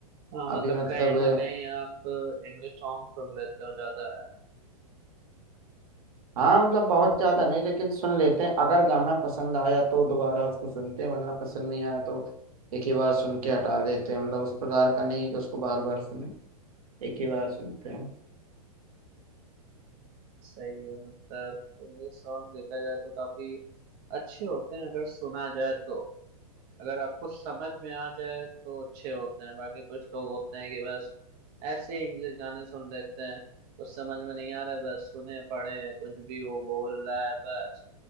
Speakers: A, on the right; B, on the right.
A: हाँ मतलब
B: अभी मतलब
A: कहीं ना कहीं आप इंग्लिश सॉन्ग सुन लेते हो ज्यादा है
B: हाँ मतलब बहुत ज्यादा नहीं लेकिन सुन लेते हैं अगर गाना पसंद आया तो दोबारा उसको सुनते हैं वरना पसंद नहीं आया तो एक ही बार सुन के हटा देते हैं मतलब उस प्रकार का नहीं है कि उसको बार बार सुने एक ही बार सुनते हैं
A: सही है मतलब इंग्लिश सॉन्ग देखा जाए तो काफी अच्छे होते हैं अगर सुना जाए तो अगर आपको समझ में आ जाए तो अच्छे होते हैं बाकी कुछ लोग होते हैं कि बस ऐसे ही इंग्लिश गाने सुन लेते हैं कुछ समझ में नहीं आ रहा है बस सुने पड़े हैं कुछ भी वो बोल रहा है बस